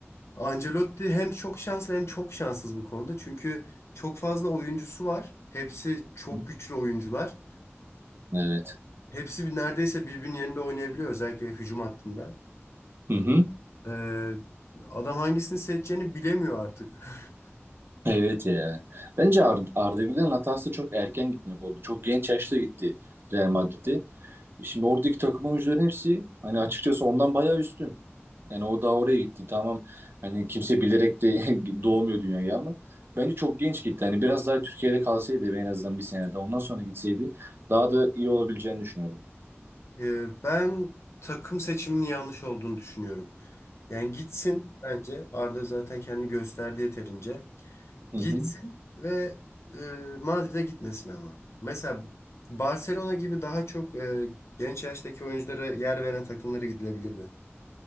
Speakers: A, on the left; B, on the right.
A: Ancelotti hem çok şanslı hem çok şanssız bu konuda. Çünkü çok fazla oyuncusu var. Hepsi çok
B: Hı.
A: güçlü oyuncular.
B: Evet.
A: Hepsi bir- neredeyse birbirinin yerinde oynayabiliyor. Özellikle hücum hattında.
B: Hı hı.
A: Ee, adam hangisini seçeceğini bilemiyor artık. <laughs>
B: Evet ya. Bence Ar Arda Güler'in hatası çok erken gitmek oldu. Çok genç yaşta gitti Real Madrid'e. E Şimdi oradaki takım oyuncuların hepsi hani açıkçası ondan bayağı üstün. Yani o daha oraya gitti. Tamam hani kimse bilerek de <laughs> doğmuyor dünyaya ama bence çok genç gitti. Hani biraz daha Türkiye'de kalsaydı en azından bir sene daha ondan sonra gitseydi daha da iyi olabileceğini düşünüyorum.
A: Ee, ben takım seçiminin yanlış olduğunu düşünüyorum. Yani gitsin bence. Arda zaten kendini gösterdi yeterince.
B: Hı
A: Gitsin
B: hı.
A: ve e, Madrid'e gitmesin ama. Mesela Barcelona gibi daha çok e, genç yaştaki oyunculara yer veren takımlara gidilebilirdi.